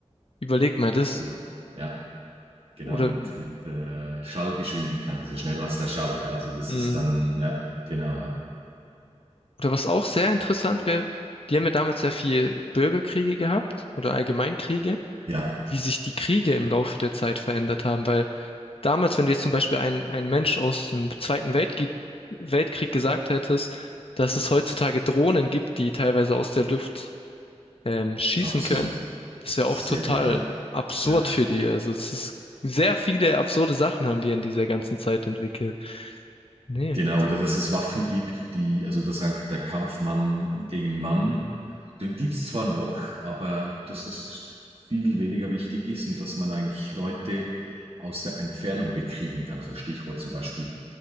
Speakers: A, on the left; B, on the right.
A: Überleg mal das.
B: absolut. Ja. Genau,
A: Oder,
B: mit, mit äh, Schallgeschwindigkeit, also schneller als der Schall, ja. Also das
A: mh,
B: ist dann, ja, genau, ja.
A: oder was auch sehr interessant wäre, die haben ja damals sehr viel Bürgerkriege gehabt oder Allgemeinkriege,
B: Ja,
A: wie sich die Kriege im Laufe der Zeit verändert haben, weil damals, wenn du jetzt zum Beispiel ein, ein Mensch aus dem Zweiten Weltkrieg, Weltkrieg gesagt hättest, dass es heutzutage Drohnen gibt, die teilweise aus der Luft ähm, schießen
B: absolut.
A: können, das wäre
B: Sehr
A: auch total
B: gut, ja.
A: absurd
B: Ja.
A: für die. Also es ist sehr viele absurde Sachen haben wir in dieser ganzen Zeit entwickelt. Nee.
B: Genau, oder dass es Waffen gibt, die, also dass eigentlich der Kampf Mann gegen Mann, den gibt es zwar noch, aber dass das viel weniger wichtig ist und dass man eigentlich Leute aus der Entfernung bekriegen kann. Also Stichwort zum Beispiel